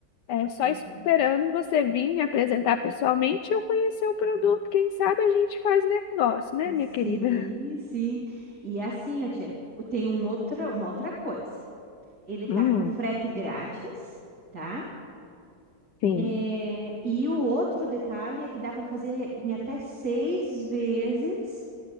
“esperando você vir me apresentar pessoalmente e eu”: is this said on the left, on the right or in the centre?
Left